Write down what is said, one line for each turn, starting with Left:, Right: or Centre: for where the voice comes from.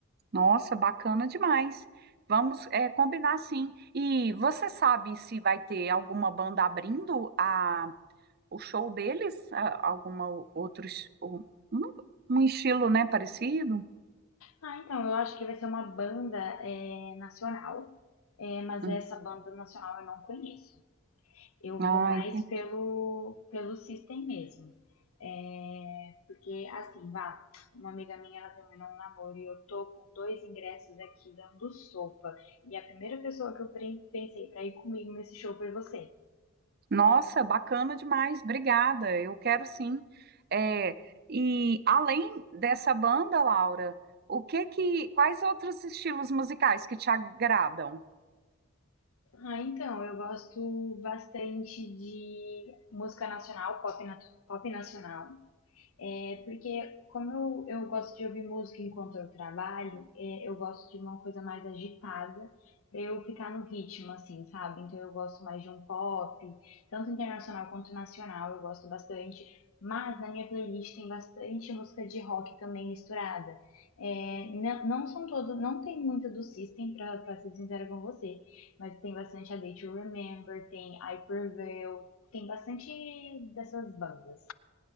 Right: Nossa, bacana demais. Vamos, é, combinar sim. E você sabe se vai ter alguma banda abrindo a o show deles, a- alguma o- outros, o- um, um estilo, né, parecido?
Left: Ah, então, eu acho que vai ser uma banda é, nacional, é, mas
Right: Hum.
Left: essa banda nacional eu não conheço. Eu
Right: Ah,
Left: vou mais
Right: entendi.
Left: pelo, pelo system mesmo. É, porque, assim, vá, uma amiga minha, ela terminou um namoro e eu tô com dois ingressos aqui dando sopa. E a primeira pessoa que eu pensei pra ir comigo nesse show foi você.
Right: Nossa, bacana demais, obrigada. Eu quero sim. É, e além dessa banda, Laura, o que que, quais outros estilos musicais que te agradam?
Left: Ah, então, eu gosto bastante de música nacional, pop, nat- pop nacional. É, porque como eu, eu gosto de ouvir música enquanto eu trabalho, é, eu gosto de uma coisa mais agitada pra eu ficar no ritmo, assim, sabe? Então eu gosto mais de um pop, tanto internacional quanto nacional, eu gosto bastante. Mas na minha playlist tem bastante música de rock também misturada. É, não, não são todas, não tem muita do System, pra, pra ser sincera com você, mas tem bastante A Day to Remember, tem I Prevail, tem bastante dessas bandas.